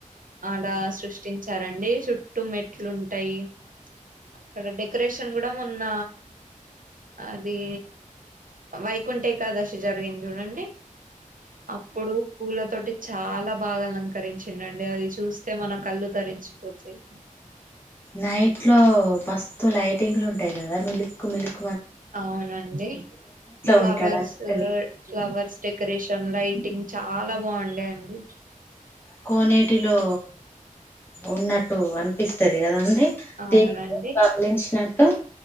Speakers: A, on the right; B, on the left.
A: ఆడ సృష్టించారండీ చుట్టు మెట్లు ఉంటాయి అక్కడ డెకరేషన్ కూడా మొన్న అది వైకుంఠ ఏకాదశి జరిగింది చూడండి అప్పుడు పూల తోటి చాలా బాగా అలంకరించిందరు అది చూస్తే మన కళ్ళు తర విరించిపోతాయి
B: నైట్ లో మస్తు లైటింగ్లు ఉంటాయి కదా మిలుపుకు మిలుపు
A: అవునండి ఫ్లవర్స్
B: ఉంటాడు అన్నట్టు
A: ఫ్లవర్స్ డెక్ కరేషన్ లైటింగ్ చాలా బాగుండేయండి
B: కోనేటిలో ఉన్నట్టు అనిపిస్తది కదా అండి
A: అవునండి
B: దే బవలించినట్టు